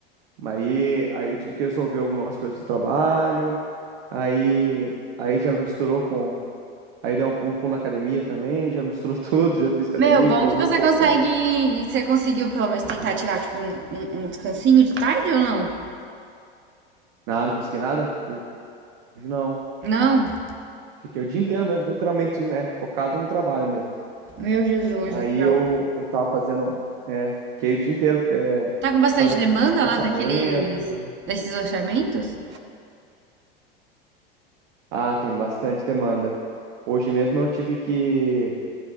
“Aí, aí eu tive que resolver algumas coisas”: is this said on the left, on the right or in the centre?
Right